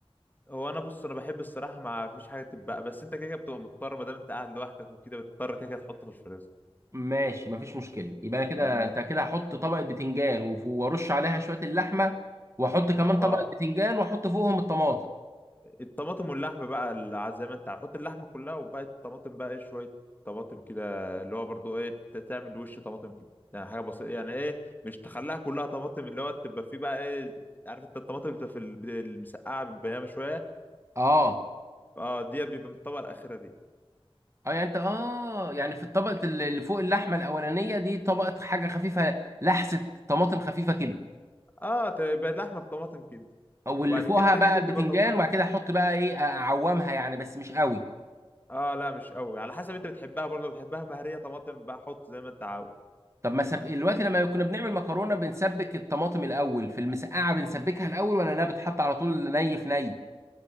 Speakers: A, on the left (about 20°); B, on the right (about 30°).
A: هو انا بص انا بحب الصراحه ما فيش حاجه تتبقى بس انت كده كده بتبقى مضطر ما دام انت قاعد لوحدك وكده بتضطر كده كده تحطه في الفريزر
B: ماشي مفيش مشكله يبقى كده
A: يعني-
B: انت كده هحط طبقه بتنجان وف- وارش عليها شويه اللحمه واحط كمان
A: اه
B: طبقه بتنجان واحط فوقهم الطماطم
A: الطماطم واللحم بقى الع- زي ما انت هحط اللحمه كلها وبقى الطماطم بقى ايه شويه طماطم كده اللي هو برضو ايه ت- تعمل وش طماطم كده يعني حاجه بسيطه يعني ايه مش تخليها كلها طماطم اللي هو تبقى فيه بقى ايه عارف انت الطماطم اللي بتبقى في الب- المسقعه بالبيامه شويه
B: اه
A: اه دي بيبقى من الطبقه الاخيره دي
B: اه يعني انت اه يعني في الطبقة اللي اللي فوق اللحمة الأولانية دي طبقة حاجة خفيفة لحسة طماطم خفيفة كده
A: اه تبقى لحمه بطماطم كده
B: او
A: وبعد
B: اللي فوقها
A: كده التانيه
B: بقى
A: دي
B: البتنجان
A: بتبقى
B: وبعد كده احط بقى ايه اعومها يعني بس مش قوي
A: اه لا مش قوي على حسب انت بتحبها برضه بتحبها مهريه طماطم بقى حط زي ما انت عاوز
B: طب ما سب... دلوقتي
A: فاهم؟
B: لما كنا بنعمل مكرونة بنسبك الطماطم الأول في المسقعة بنسبكها الأول ولا انها بتحط على طول ني في ني